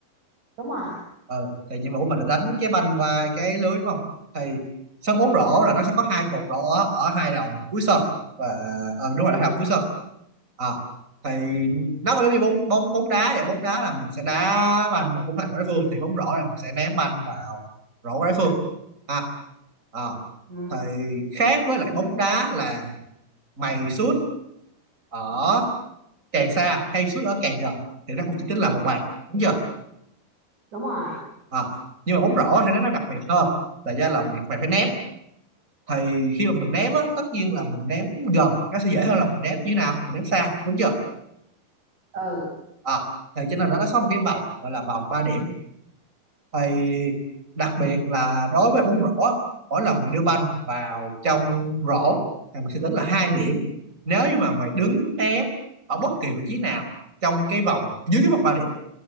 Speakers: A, on the right; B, on the right.
A: Đúng rồi.
B: ờ, thì nhiệm vụ mình là đánh cái banh qua cái lưới đúng không thì sân bóng
A: Đúng.
B: rổ là nó sẽ có hai cột rổ ở, ở hai đầu cuối sân và ờ, đúng rồi
A: Ừ.
B: là hai đầu cuối sân à, thì nó giống như bóng bóng bóng đá vậy bóng đá là mình sẽ đá banh vào khung thành của đối phương thì bóng rổ là mình sẽ ném banh vào rổ của đối phương à, à,
A: Ừ.
B: thì khác với lại bóng đá là mày sút ở càng xa hay sút ở càng gần thì nó không chỉ tính là một bàn đúng chưa
A: Đúng rồi.
B: à, nhưng mà bóng rổ thì nó đặc biệt hơn là do là việc mày phải ném thì khi mà mình ném á tất nhiên là mình ném gần nó sẽ dễ hơn là mình ném như thế nào mình ném xa đúng chưa
A: Ừ.
B: à, thì cho nên nó có một cái vòng gọi là vòng ba điểm thì đặc biệt là đối với bóng rổ á, mỗi lần mày đưa banh vào trong rổ thì mình sẽ tính là hai điểm nếu như mà mày đứng ném ở bất kỳ vị trí nào trong cái vòng dưới cái vòng ba điểm